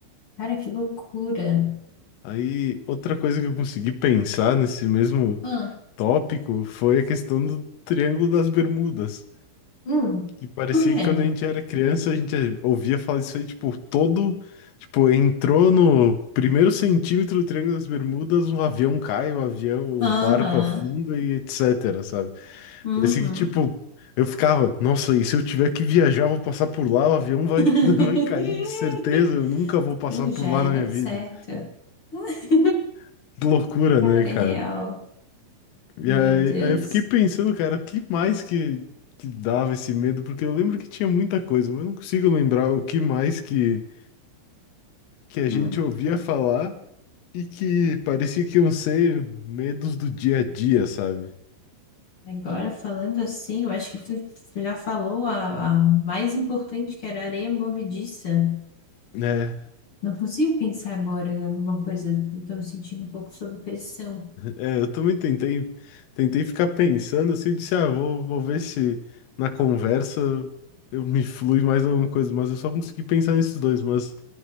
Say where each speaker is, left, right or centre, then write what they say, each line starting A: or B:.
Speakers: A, on the left (about 50°); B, on the left (about 80°).
A: Cara, que loucura.
B: Aí, outra coisa que eu consegui pensar nesse mesmo
A: Ah,
B: tópico foi a questão do Triângulo das Bermudas,
A: hum.
B: que parecia
A: Por quê?
B: que quando a gente era criança, a gente ouvia falar disso aí, tipo, todo, tipo, entrou no primeiro centímetro do Triângulo das Bermudas, um avião cai, o avião, o
A: Aham.
B: barco afunda e etc, sabe?
A: Uhum.
B: Parecia que, tipo, eu ficava, nossa, e se eu tiver que viajar, eu vou passar por lá, o avião vai,
A: <laughs>
B: <laughs> vai cair de certeza, eu nunca vou passar
A: Eu
B: por
A: já
B: lá
A: era
B: na minha vida.
A: certa. <laughs>
B: <laughs> Que loucura,
A: Cara,
B: né, cara?
A: é real.
B: E
A: Meu
B: aí,
A: Deus.
B: aí eu fiquei pensando, cara, o que mais que, que dava esse medo? Porque eu lembro que tinha muita coisa, mas eu não consigo lembrar o que mais que, que a gente
A: Hum.
B: ouvia falar e que parecia que iam ser medos do dia a dia, sabe?
A: Agora, falando assim, eu acho que tu já falou a, a mais importante, que era a areia movediça.
B: É,
A: Não consigo pensar agora em alguma coisa. Estou me sentindo um pouco sob pressão.
B: é, eu também tentei, tentei ficar pensando assim, eu disse, ah, vou, vou ver se na conversa eu me flui mais alguma coisa, mas eu só consegui pensar nesses dois, mas